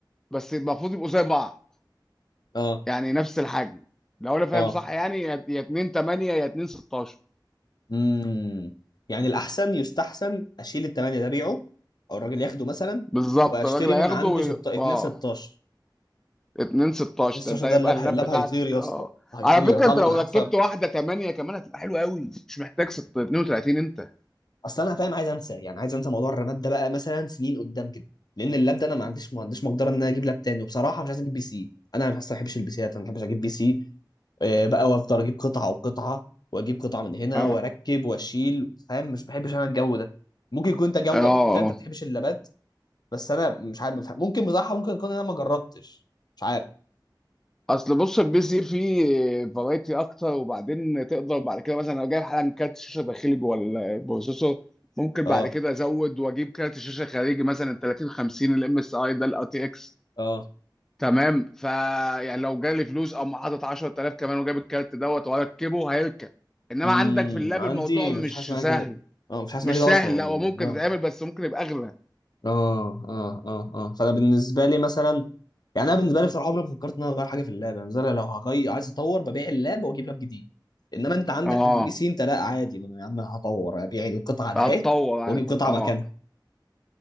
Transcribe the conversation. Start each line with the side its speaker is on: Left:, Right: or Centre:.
Centre: بس المفروض يبقوا زي بعض
Left: اه
Centre: يعني نفس الحجم لو انا فاهم
Left: اه
Centre: صح يعني يا يا 2 8 يا 2 16
Left: امم يعني الاحسن يستحسن اشيل الثمانيه ده بيعه او الراجل ياخده مثلا
Centre: بالظبط
Left: واشتري
Centre: الراجل هياخده
Left: من عنده
Centre: وي...
Left: ست... 2
Centre: اه
Left: 16
Centre: 2 16
Left: 2 16
Centre: ده انت هيبقى
Left: ده اللاب
Centre: اللاب
Left: هي- اللاب
Centre: بتاعك
Left: هيطير يا
Centre: اه
Left: اسطى هيطير
Centre: على فكره
Left: هيطلع
Centre: انت
Left: له
Centre: لو
Left: جناحات
Centre: ركبت
Left: فعلا
Centre: واحده 8 كمان هتبقى حلوه قوي مش محتاج 36 انت
Left: اصل انا فاهم عايز انسى يعني عايز انسى موضوع الرماد ده بقى مثلا سنين قدام كده لان اللاب ده انا ما عنديش ما عنديش مقدره ان انا اجيب لاب تاني وبصراحه مش عايز اجيب بي سي انا ما بحبش البي سيات انا ما بحبش اجيب بي سي آه، بقى وافضل اجيب قطعه وقطعه واجيب قطعه من هنا
Centre: اه
Left: واركب واشيل فاهم مش بحبش انا الجو ده ممكن يكون انت جوك
Centre: اه اه
Left: انت انت ما بتحبش اللابات بس انا مش عارف بفهم. ممكن بصراحه ممكن يكون انا ما جربتش مش عارف
Centre: اصل بص البي سي فيه فرايتي اكتر وبعدين تقدر بعد كده مثلا لو جايب حالا كارت شاشه داخلي جوه البروسيسور ممكن
Left: اه
Centre: بعد كده ازود واجيب كارت شاشه خارجي مثلا 30 50 الام اس اي ده الار تي اكس
Left: اه
Centre: تمام ف يعني لو جالي فلوس او حاطط 10000 كمان وجايب الكارت دوت واركبه هيركب انما
Left: امم
Centre: عندك في اللاب
Left: عندي
Centre: الموضوع مش
Left: ما فيش حاجه اسمها
Centre: سهل
Left: كده اه ما فيش حاجه اسمها
Centre: مش
Left: كده
Centre: سهل
Left: اصلا
Centre: لا هو ممكن
Left: اه
Centre: تتعمل بس ممكن يبقى اغلى
Left: اه اه اه اه فانا بالنسبه لي مثلا يعني انا بالنسبه لي بصراحه عمري ما فكرت ان انا اغير حاجه في اللعبه يعني مثلا لو هغير عايز اطور ببيع اللاب واجيب لاب جديد انما انت عندك
Centre: اه
Left: في البي سي انت لا عادي ما انا يا عم هطور ابيع القطعه ده
Centre: هتطور
Left: اهي
Centre: عادي
Left: واجيب قطعه
Centre: اه
Left: مكانها